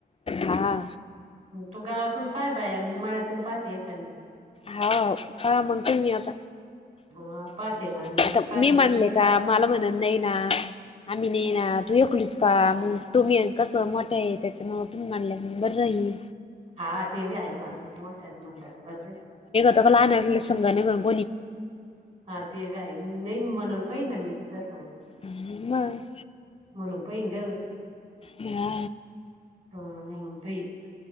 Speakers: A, on the left; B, on the right.
A: हा
B: तू गावातून पाय बाया मी मळ्यातून पाहते. एखादी
A: हाव, पहा मग तुम्ही आता.
B: हा पाहते ना मी
A: आता
B: बी पाहतेे
A: म्हणले
B: तू बी
A: का
B: पाह.
A: मला म्हनन नाही ना. आम्ही नाही ना तू ऐकलस का मग तुम्ही कसं मोठ्या आहे त्याच्यामूळ तु म्हणल्या न बरं राहि
B: हा ते बी आहे म्हना मोठ्यात म्हणल्या तर बरं राहिल.
A: सगळ लाहण्यातले संघाने <unintelligible>
B: हा ते बी हाय नाही म्हनून पाहि ना मी पिता समो
A: म.
B: म्हणून पाहिन ग.
A: हा.
B: हा म्हनुन पाहिन.